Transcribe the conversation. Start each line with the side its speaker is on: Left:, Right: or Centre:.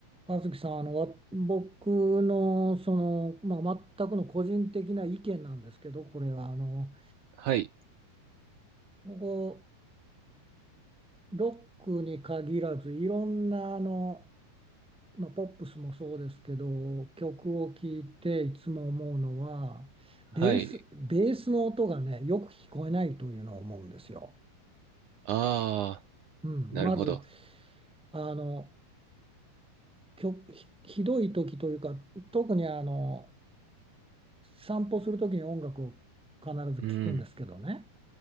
Centre: 和樹さん、あの、わ僕の、その、まあ、全くの個人的な意見なんですけど、これは、あの、
Right: はい、
Centre: ここ、ロックに限らず、いろんな、あの、まあ、ポップスもそうですけど、曲を聴いていつも思うのは、ベース、
Right: はい。
Centre: ベースの音がね、よく聞こえないというのを思うんですよ。
Right: ああ、
Centre: うん、
Right: なるほど。
Centre: まず、あの、曲ひ、ひどい時というか、特にあの、散歩する時に音楽を必ず聞くんですけどね。
Right: うん、